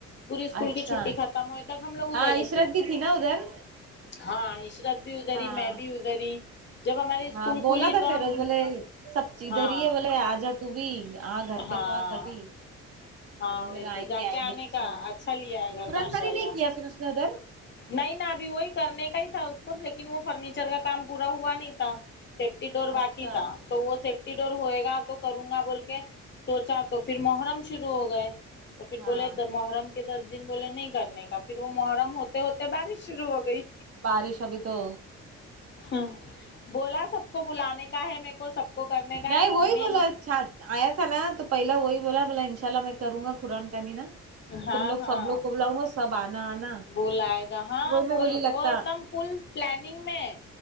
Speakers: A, on the left; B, on the right.
A: پوری اسکول
B: اچھا
A: کی چھٹی ختم ہوئے تک ہم لوگ ادھر
B: ہاں
A: ہی
B: عشرت
A: تھے
B: بھی تھی نا ادھر
A: ہاں عشرت بھی ادھر
B: ہاں
A: میں بھی ادھر جب ہماری اسکول
B: ہاں بولا
A: کھلی
B: تھا
A: تو
B: فیروز
A: ہم
B: بولے سب ادھر
A: ہاں
B: ہی ہے بولے آ جاتو بھی آ گھر
A: ہاں
B: پہ تو آ کبھی
A: ہاں
B: ہم
A: وہی
B: لوگ آئیں
A: تو جا
B: گے
A: کے
B: آئیں
A: آنے
B: گے انشاء
A: کا
B: اللہ
A: اچھا لیا ہے گھر
B: ترنت
A: ماشاء
B: ساری
A: اللہ
B: نہیں کیا پھر اس نے ادھر
A: نہیں نا ابھی وہی کرنے کا ہی تھا اس کو لیکن وہ فرنیچر کا کام پورا ہوا نہیں تھا سیفٹی ڈور باقی
B: اچھا
A: تھا تو وہ سف یفٹی ڈور ہوئے گا تو کروں گا بول کے سوچا تو پھر محرم شروع ہو گئے تو پھر
B: ہاں
A: بولے د محرم کہ دس دن بولے نہیں کرنے کا پھر وہ محرم ہوتے ہوتے بارش شروع ہو گئی
B: بارش ابھی تو
A: ہ بولا سب کو بلانے کا ہے میر کو سب کو کرنے کا
B: نہیں
A: ہے
B: وہ
A: مین
B: ہی بولا آیا تھا نا تو پہلا وہی بولا بولا ان شاء اللہ میں کروں گا کرآن کہنی نا تو
A: ہاں
B: تم لوگ
A: ہاں
B: سبلگ کو بلاؤں گا سب آنا آنا
A: بلائے گا ہاں
B: وہی میں
A: ب
B: بولی لگتا
A: وہ ایک دم فل پلاننگ میں ہے